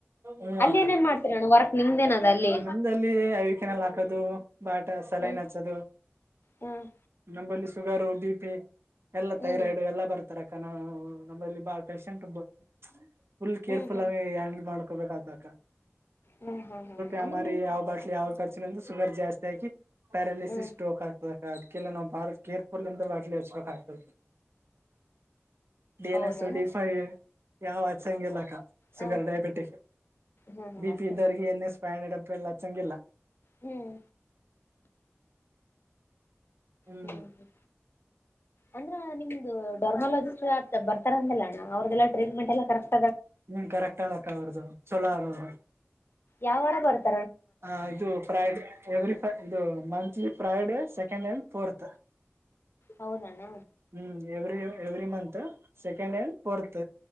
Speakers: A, on the right; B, on the left.
A: ಹ್ಮ್
B: ಅಲ್ಲಿ
A: ಅಕ್ಕ
B: ಏನೇನ್ ಮಾಡ್ತರಣ್ಣ ವರ್ಕ್ ನಿಮ್ದೇನದ ಅಲ್ಲಿ
A: ನಮ್ದಲ್ಲಿ ಐಕೆನಾಲ್ ಹಾಕದು ಬಾಟ ಸಲೈನ
B: ಹ್ಮ್
A: ಹಚ್ಚೋದು
B: ಹ್ಮ್
A: ನಮ್ಮಲ್ಲಿ ಶುಗರು ಬಿ ಪಿ ಎಲ್ಲ
B: ಹ್ಮ್
A: ಥೈರಾಯ್ಡ್ ಎಲ್ಲ ಬರ್ತಾರಕ್ಕ ನಾವು ನಮ್ಮಲ್ಲಿ ಬಾಳ್ ಪೇೇಶಂಟ್ ಬತ್ ಫುಲ್ ಕೇರ್ಫುಲ್
B: ಹ್ಮ್ ಹ್ಮ್
A: ಆಗಿ ಹ್ಯಾಂಡಲ್ ಮಾಡ್ಕೋಬೇಕಕ್ಕ
B: ಹ್ಮ್ ಹ್ಮ್ ಹ್ಮ್
A: ಯಮರಿ
B: ಅಂದ್ರೆ ನಿಮ್
A: ಯಾವ್ ಬಾಟ್ಲಿ ಯಾವ್ದ ಖರ್ಚನದು ಶುಗರ್ ಜಾಸ್ತಿ ಹಾಕಿ ಪ್ಯಾರಾಲಿಸಿಸ್
B: ಹ್ಮ್
A: ಸ್ಟೂಕ್ ಆಗ್ತದೆ ಅದಕ್ಕೆಲ್ಲ ನಾವು ಬಾರಿ ಕೇರ್ ಪುಲಿಂದ ಬಾಟ್ಲಿ ಹಚ್ಬೇಕ ಆಗ್ತದೆ ಡಿ
B: ಹೌದನ
A: ಎನ್ ಎಸ್ ಡಿ ಫೈ ಯಾವ ಅಚ್ಛಹಂಗಿಲಕ್ಕ ಶುಗರ್
B: ಹ
A: ಡಯಾಬಿಟಿಕ್
B: ಹಾ ಹಾ
A: ಬಿ
B: ಅಷ್ಟೇ
A: ಪಿ ಇದ್ದವರ್ರಿಗೆ
B: ಮಾಡ
A: ಏನ್ ಎಸ್ ಫೈವ್ ಹಂಡ್ರೆಡ್ ಅಪ್ರಲ್ ಹಚ್ಚಂಗಿಲ್ಲ
B: ಹ್ಮ್
A: ಹ್ಮ್
B: ಹ್ಮ ಹ್ಮ ಅಂದ್ರ ನಿಮ್ದು ಡರ್ಮಾಲೋಜಿಸ್ಟ್ ಬರ್ತಾರ ಅಂತಲ್ಲಣ್ಣ ಅವ್ರಗೆಲ್ಲ ಟ್ರೀಟ್ಮೆಂಟ್ ಎಲ್ಲ ಕರೆಕ್
A: ಹ್ಮ್ ಕರೆಕ್ಟ್ ಆಗಕ್ಕ ಅವರದು ಚಲೋ ಅವ್ರು
B: ಯಾವ ವಾರ ಬರ್ತ
A: ಹ ಇದು ಫ್ರೈಡೆ ಎವ್ರಿ ಫ ಇದು monthly Friday second and fourth
B: ಹೌದಣ್ಣ
A: ಹ್ಮ್ every every month second and fourth